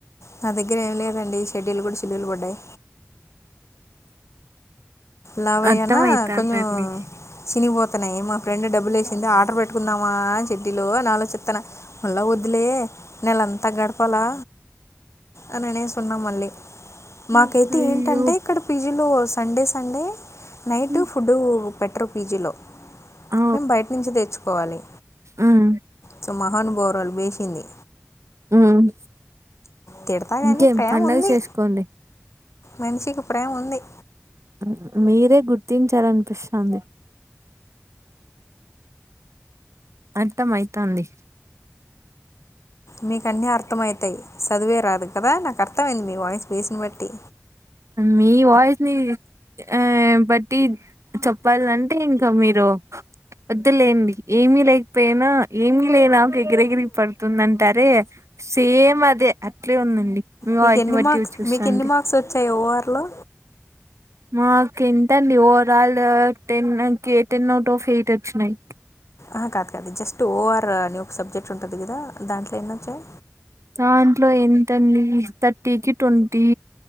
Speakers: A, on the left (about 75°); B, on the right (about 85°).
A: నా దగ్గర ఏం లేదండి <unintelligible> గూడ చిల్లుల్ వడ్డాయ్ లావయ్యనా
B: అర్థమైతాందండి.
A: కొంచం సినిగ్పో తున్నయ్ మ ఫ్రెండ్ డబ్బుల్ ఏశింది ఆడర్ పెట్టుకుందామా షెడ్డిలు అన్ ఆలొచ్చిత్తున్న మల్ల ద్దులే నెలంత గడ్పలా అననేసున్న మళ్ళీ
B: హ్మ్.
A: మాకైతె
B: అయ్యో!
A: ఏంటంటె ఇక్కడ పీజీలో సండేస్ నైటు
B: హ్మ్.
A: ఫుడ్డూ పెట్రు పీజిలొ
B: ఆ!
A: మేమ్ బైట్నుంచి తెచ్చుకోవాలి
B: ఉమ్మ్
A: సో మహానుభావురాలు వేశింది
B: ఉమ్మ్
A: తిడతా
B: ఇంకేం
A: కానీ ప్రేమ
B: పండగ
A: ఉంది
B: చేస్కోండి
A: మనిషికి ప్రేమ ఉంది
B: మ్ మీరె గుర్తించారన్పిస్థాంది అర్థమైతంది
A: మీకన్నీ అర్థం ఐతయ్ సదువే రాదు కదా నాక్ అర్థమైంద్ మి వాయిస్ బేస్ను బట్టి
B: మీ వాయిస్ ని ఆ బట్టి చెప్పాల్నంటె ఇంక మిరు ఒ ఒద్దులేండి ఏమి లేక్పోయినా ఏమ్లేనాక్ ఎగిరెగిరి పడుతుందంటారే సేమ్ అదే అట్లే ఉందండి మీ
A: మీకెన్ని
B: వాయిస్ ని బట్టి
A: మార్క్స్
B: చూస్తాంటే
A: మీకేన్ని మార్క్స్ వచ్చాయి ఓఆర్ లో
B: మాకు ఎంతండి ఓవరాల్ టెన్ కి ఎయిట్టీన్ అవుట్ ఆఫ్ ఎయిట్ వచ్చినాయి
A: ఆ కాదు కాదు జస్ట్ ఓ ఆర్ అని ఒక సబ్జెక్ట్ ఉంటది కదా దాంట్లో ఎన్నొచ్చాయి
B: దాంట్లో ఎంతండి థర్టీకిి ట్వంటీ